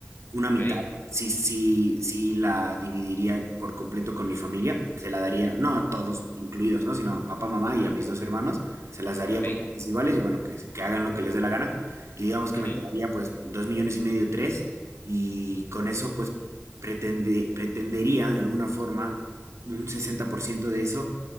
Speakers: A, on the right (about 80°); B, on the left (about 45°).
A: una mitad,
B: Ok,
A: sí, sí, sí la dividiría por completo con mi familia, se la daría, no a todos incluidos, ¿no? Sino papá, mamá y a mis dos hermanos, se las daría
B: ok,
A: por partes iguales y bueno, que, que hagan lo que les dé la gana. Y digamos que
B: ujú,
A: me quedaría pues dos millones y medio, tres, y con eso pues pretende- pretendería de alguna forma un 60% de eso,